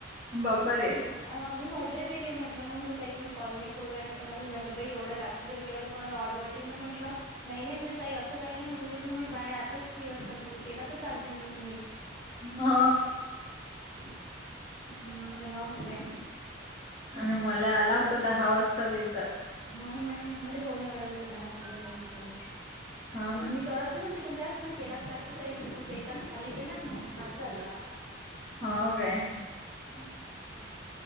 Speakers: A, on the right (about 40°); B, on the left (about 20°).
A: बापरे.
B: अं मी म्हट लई दिलंय म्हटलं मग म्हणले आहे तुम्ही कॉल नाही करू राहिला कोणाला. म्हटलं बाई एढ्या रात्री जर केला तर कोणाला ऑड वाटेल ना मग. नाही म्हणे, ताई असं. काही नाही म्हण उलट बाई, आताच फ्री असतात म्हणे केला तर चालते म्हणे तुम्ही.
A: हो.
B: हम्म म्हंटल हाव काय?
A: आणि मला आला होता दहा वाजता त्यांचा.
B: हो नाही म्हले, बोले <unintelligible>
A: हो
B: <unintelligible> मी
A: ना
B: करत पण न्हवती, त्याच मला. केला तर चालते ताई म्हणे, मग त्याचा खाली केला आणि मग माझा झाला.
A: हो कायं.
B: हम्म.